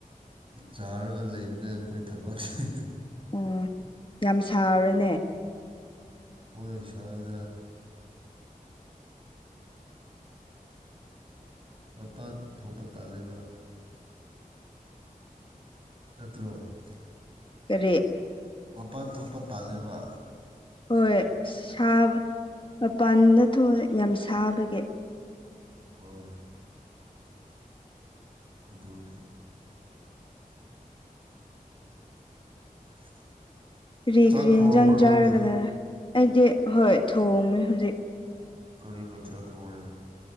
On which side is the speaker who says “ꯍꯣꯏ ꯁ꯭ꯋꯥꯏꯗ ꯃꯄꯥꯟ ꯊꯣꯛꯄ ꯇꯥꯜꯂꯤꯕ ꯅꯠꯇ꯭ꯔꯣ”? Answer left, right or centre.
Right